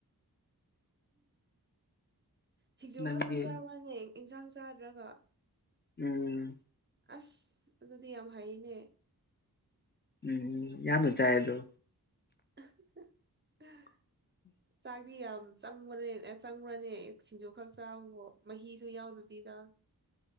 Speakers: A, on the right; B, on the left.
A: ꯁꯤꯡꯖꯨ
B: ꯅꯪꯗꯤ
A: ꯈꯛꯇ ꯆꯕꯅꯦ ꯏꯟꯁꯥꯡ ꯆꯥꯗ꯭ꯔꯒ
B: ꯎꯝ
A: ꯑꯁ ꯑꯗꯨꯗꯤ ꯌꯥꯝ ꯍꯩꯅꯦ
B: ꯎꯝ ꯌꯥꯝꯅ ꯆꯥꯏ ꯑꯗꯨꯝ
A: <unintelligible>
B: <inaudible>
A: ꯆꯥꯛꯇꯤ ꯌꯥꯝ ꯆꯪꯕꯅꯦ ꯆꯪꯕ꯭ꯔꯅꯦ ꯁꯤꯡꯖꯨ ꯈꯛ ꯆꯥꯕꯕꯣ ꯃꯍꯤꯁꯨ ꯌꯥꯎꯗꯕꯤꯗ